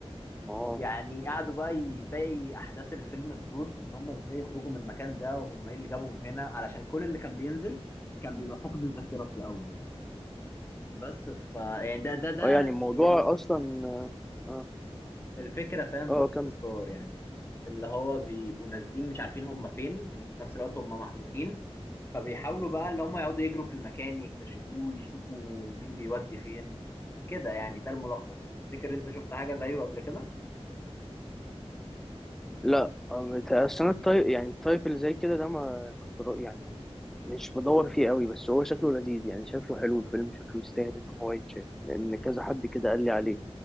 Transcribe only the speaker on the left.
يعني قعدوا بقى ي- باقي احداث الفيلم تدور في ان هم ازاي يخرجوا من المكان ده وهم ايه اللي جابهم هنا علشان كل اللي كان بينزل كان بيبقى فقد الذاكره في الاول بس ف يعني ده ده ده
يعني
الفكره فاهم
باختصار
يعني اللي هو بيبقوا نازلين مش عارفين هم فين وفي نفس الوقت هم محبوسين فبيحاولوا بقى اللي هم يقعدوا يجروا في المكان يكتشفوه يشوفوا مين بيودي فين كده يعني ده الملخص تفتكر انت شفت حاجه زيه قبل كده